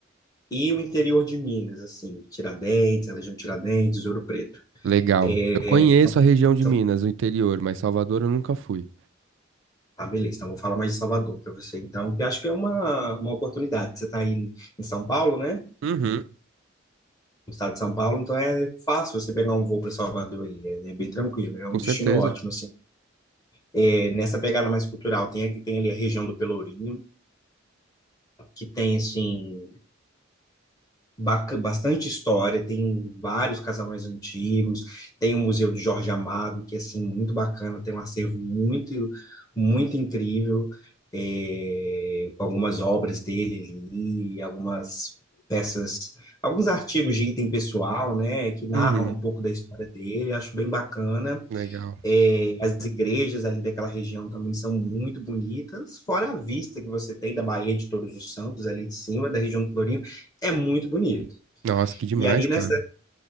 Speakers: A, on the left; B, on the right.
A: e o interior de Minas, assim, Tiradentes, a região de Tiradentes, Ouro Preto.
B: Legal.
A: É,
B: Eu conheço
A: são-
B: a região de
A: são-
B: Minas, o interior, mas Salvador eu nunca fui.
A: ah, beleza, então vou falar mais de Salvador para você, então, que eu acho que é uma, uma oportunidade. Você está aí em São Paulo, né?
B: Uhum,
A: no estado de São Paulo, então é fácil você pegar um voo para Salvador aí, é, é bem tranquilo, é
B: com
A: um destino
B: certeza.
A: ótimo, assim. É, nessa pegada mais cultural, tem, aqui- tem ali a região do Pelourinho, que tem, assim, bac- bastante história, tem vários casarões antigos, tem o Museu de Jorge Amado, que é assim, muito bacana, tem um acervo muito, muito incrível, é, com algumas obras dele ali, algumas peças, alguns artigos de item pessoal, né, que narram
B: Uhum,
A: um pouco da história dele, acho bem bacana.
B: legal.
A: É, as igrejas ali daquela região também são muito bonitas, fora a vista que você tem da Baía de Todos os Santos, ali de cima, da região de Florim, é muito bonito.
B: Nossa, que demais,
A: E ali nessa.
B: cara.